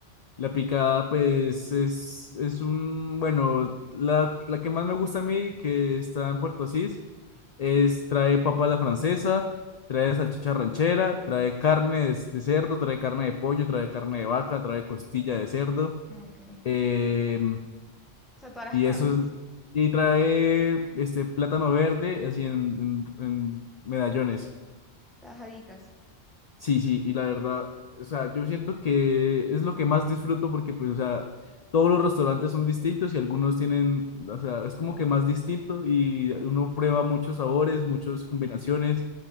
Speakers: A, on the left (about 45°); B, in the centre.
A: La picada, pues, es, es un, bueno, la, la que más me gusta a mí, que está en Puerto Asís, es, trae papa a la francesa, trae salchicha ranchera, trae carne de, de cerdo, trae carne de pollo, trae carne de vaca, trae costilla de cerdo,
B: Ah, Ok. O
A: eh,
B: sea, todas las
A: y
B: carnes,
A: eso es, y trae, este, plátano verde, así en, en, en medallones.
B: tajaditas.
A: Sí, sí, y la verdad, o sea, yo siento que es lo que más disfruto porque, pues, o sea, todos los restaurantes son distintos y algunos tienen, o sea, es como que más distinto y uno prueba muchos sabores, muchas combinaciones,